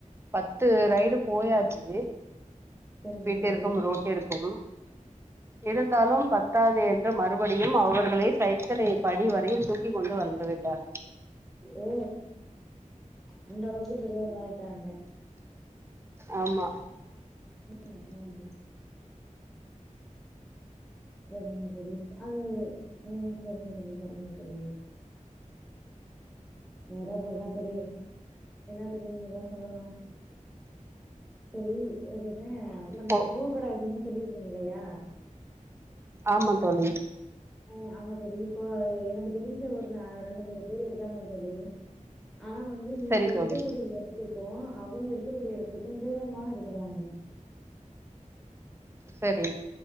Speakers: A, on the right; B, in the centre.
A: பத்து ரைடு போயாச்சு
B: சரிங்க
A: வீட்டிற்கும்
B: தோழி
A: ரோட்டிர்க்கும் இருந்தாலும் பத்தாது என்று மறுபடியும் அவர்களை சைக்கிளை படி வரையில் தூக்கிக் கொண்டு வந்துவிட்டார்
B: ஓ அந்தளவுக்கு பெரியவங்காளாயிட்டாங்க
A: ஆமா
B: ம் ம் சரிங்க தோழி அது ஆ சரிங்க தோழி சரிங்க தோழி வேற அப்ற என்ன தோழி என்ன தோழி நீங்க தா சொல்லணு சரி இது என்ன அப்ப
A: இப்போ
B: நீங்க பூ கட வச்சிருந்தீங்கன் சொல்லிருந்தீங்க இல்லையா
A: ஆமா தோழி
B: ம் ஆமா தோழி இப்போ எனக்கு தெரிஞ்ச ஒரு நா ரெண்டு மூணு பேர் இருக்காங்க தோழி ஆனா வந்து நீங்க
A: சரி தோழி
B: இருக்கக்கூடிய எடத்துக்கும் அவங்க இருக்கக்கூடிய எடத்துக்கும் துரமா இருக்குறாங்க
A: சரி